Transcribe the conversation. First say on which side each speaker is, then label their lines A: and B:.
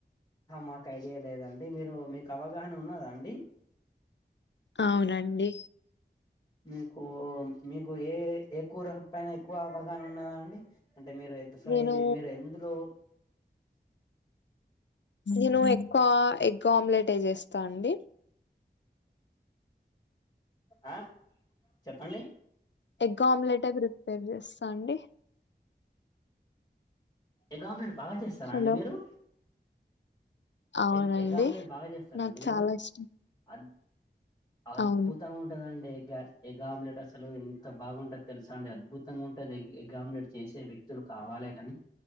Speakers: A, on the left (about 20°); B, on the left (about 80°).
A: మాకు ఐడియా లేదండి మీరు మీకు అవగాహన ఉన్నదా అండి
B: అవునండి
A: మీకు మీక్ కు ఏ ఏ కూర పైన ఎక్కువ అవగాహన ఉన్నది అండి అంటే మీరు ఎగ్ ఫ్రై
B: నేను
A: మీరు ఎందులో
B: నేను ఎక్కువ ఎగ్ గ్ ఆమ్లెట్ ఏ చేస్తా అండి
A: ఆ చెప్పండి
B: ఎగ్ ఆమ్లెట్ ఏ ప్రిపేర్ చేస్తా అండి
A: ఎగ్ ఆమ్లెట్ బాగా చేస్తారా
B: హలో
A: అండి మీరు
B: అవునండి
A: ఎగ్ ఎగ్ ఆమ్లెట్ బాగా చేస్తారా
B: నాకు
A: అండి
B: చాలా
A: మీరు
B: ఇష్టం
A: అ అద్భుతంగా
B: అవును
A: ఉంటదండి గ్యా ఎగ్ ఆమ్లెట్ అసలు ఎంత బాగుంటాదో తెలుసా అండి అద్భుతంగా ఉంటుంది ఎగ్ ఎగ్ ఆమ్లెట్ చేసే వ్యక్తులు కావాలే కాని